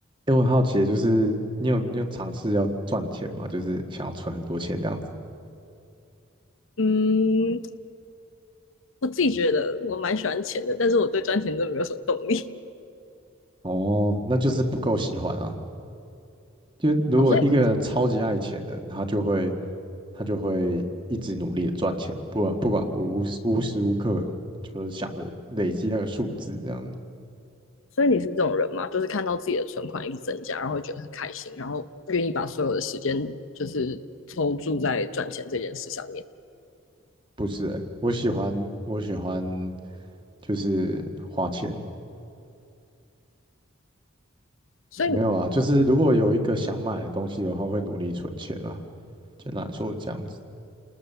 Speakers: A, on the right; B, on the left.
A: 诶，我很好奇的，就是你有你有尝试要赚钱吗？就是想要存很多钱这样子。
B: 嗯，我自己觉得我蛮喜欢钱的，但是我对赚钱真的没有什么动力。
A: 哦，那就是不够喜欢啊。就如果一个人超级爱钱的，
B: 好以
A: 他就会他就会一直努力的赚钱，不管不管无无时无时无刻就是想着累积那个数字这样。
B: 所以你是这种人吗？就是看到自己的存款一直增加，然后会觉得很开心，然后愿意把所有的时间就是抽注在赚钱这件事上面。
A: 不是诶，我喜欢我喜欢就是花钱，
B: 所以
A: 没有啊。就是如果有一个想买的东西的话，会努力存钱啊。简单来说是这样子。